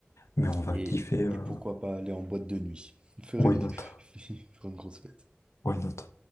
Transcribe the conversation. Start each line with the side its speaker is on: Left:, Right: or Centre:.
Left: mais on va
Right: Et,
Left: kiffer. euh,
Right: et pourquoi pas aller en boîte de nuit, <laughs> faire
Left: why
Right: une,
Left: not?
Right: <laughs> faire une grosse fête.
Left: Why not?